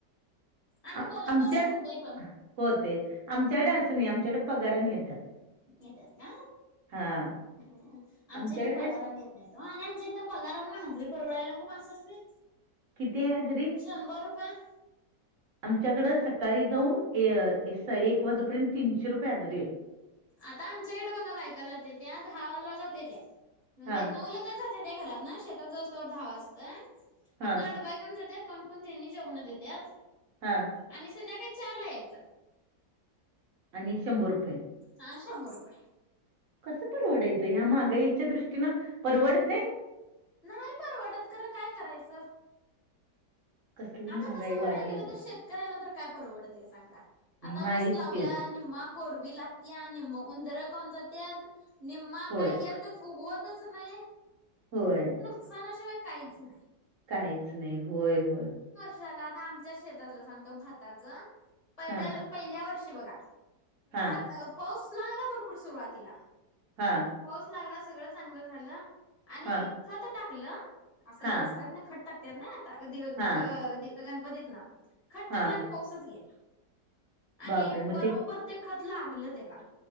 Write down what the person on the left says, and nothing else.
आणि
बोलत
बोलत होतंय पण
येतात ना
ह,
आमच्या इथे पगारांनी
येत नाहीत. त आणि आमच्या इथं पगारानं म हजरी परवडायला नको माणसासनी.
शंभर रूपये.
आता आमच्या इकडं बघा बायका जातेत्या दहाला जाते त्या म्हणजे
नऊला जाते त्या घरातनं शेतात जाउस्तवर दहा वाजतयं,
आपला डबा घेऊन जात्यात कोणकोण त्यांनी जेवणं देत्यात
आणि संध्याकाळी चारला यायचं.
ह शंभर रुपये.
नाही परवडत, खरं काय करायचं?
आता तसं
म्हणाय गेलं
तर शेतकऱ्याला तर काय परवडतय सांगा, आता
ऊस लावला
निम्मा कोरवी लागत्या, निम्म उंदर खाऊन जात्यात, निम्मा
काय येत च उगवतच नाही
नुकसना शिवाय काहीच नाही.
चला आता आमच्याच शेतातलं सांगतो भाताच पहिल्याल
पहिल्या वर्षी बघा
खत पाऊस लागला भरपूर सुरुवातीला
पाऊस लागला सगळं चांगलं झालं आणि
खत टाकलं आसं
दसऱ्यातनं खत टाकत्यात ना आता की
ग दि गणपतीतनं खत
टाकल आणि पाऊसचं गेला आणि
बरोबर ते खत लागलं त्याला